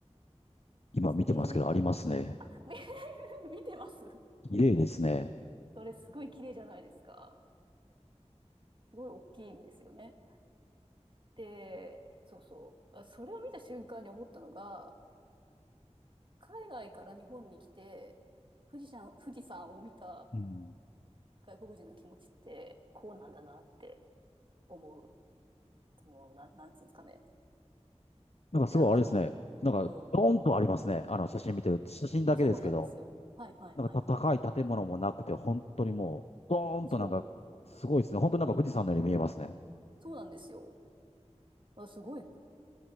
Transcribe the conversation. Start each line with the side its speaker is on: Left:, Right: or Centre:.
Left: 今見てますけど、
Right: それ
Left: ありますね。
Right: <laughs> 見てます
Left: 綺麗ですね。
Right: それすごい綺麗じゃないですかすごい大きいんですよねでそうそうそれを見た瞬間に思ったのが海外から日本に来て富士山富士山を見た
Left: うん。
Right: 外国人の気持ちってこうなんだなって思うそのななんつうんですかね
Left: なんかすごいあれですね。
Right: 山の、
Left: なんか、
Right: うん、
Left: ドーンとありますね。あの、写真見てる。写真だけですけど。
Right: そうなんですよはいはいはいはい
Left: なんかた高い建物もなくて、本当にもう、ドーンとなんか、
Right: そう
Left: すごいですね。本当になんか富士山のように見えますね。
Right: そうなんですよあ、すごい